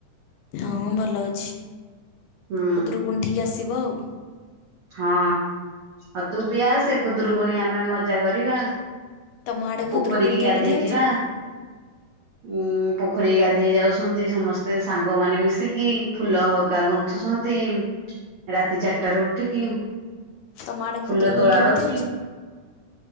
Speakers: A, on the left; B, on the right.
A: ହଁ ଭଲ ଅଛି
B: ହୁଁ
A: ଖୁଦୁରୁକୁଣୀଠିକି ଆସିବ ଆଉ।
B: ହଁ, ଆଉ ତୁ ବି ଆସେ ଖୁଦୁରୁକୁଣୀ ଆମେ ମଜା କରିବା।
A: ତମ ଆଡେ
B: ପୋଖରୀକି
A: ଖୁଦୁରୁକୁଣୀ
B: ଗାଧେଇ
A: କେମିତି ହଉଛି?
B: ଯିବା। ଉଁ ପୋଖରୀକୁ ଗାଧେଇ ଯାଉଛନ୍ତି ସମସ୍ତେ ସାଙ୍ଗମାନେ ମିଶିକି। ଫୁଲ ହଗା ଗୁନ୍ଥୁଛନ୍ତି ରାତି ଚାରିଟାରୁ ଉଠିକି।
A: ତମ ଆଡ଼େ ଖୁଦୁରୁକୁଣୀ
B: ଫୁଲ ତୋଳା
A: କେମିତି
B: ହଉଛି।